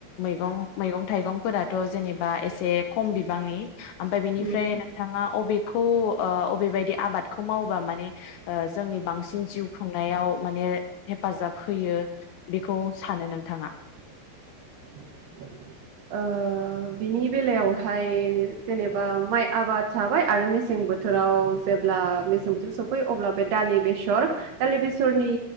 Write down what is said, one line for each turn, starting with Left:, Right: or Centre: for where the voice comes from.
Left: मैंगं मैगं थाइगं फोराथ' जेनेबा एसे खम बिबांनि। ओमफ्राय बिनिफ्राय
Right: ओ
Left: नोंथाङा अबे खौ ओ अबेबायदि आबाद खौ मावबा माने ओ जोंनि बांसिन जिउ खुंनायाव माने हेफाजाब होयो बेखौ सानो नोंथाङा।
Right: <inaudible> ओ बिनि बेलायावहाय जेनेबा माइ आबाद थाबाय आरो मेसें बोथोराव जेब्ला मेसें बोथोराव सफैयो अब्ला बे दालि बेसर दालि बेसरनि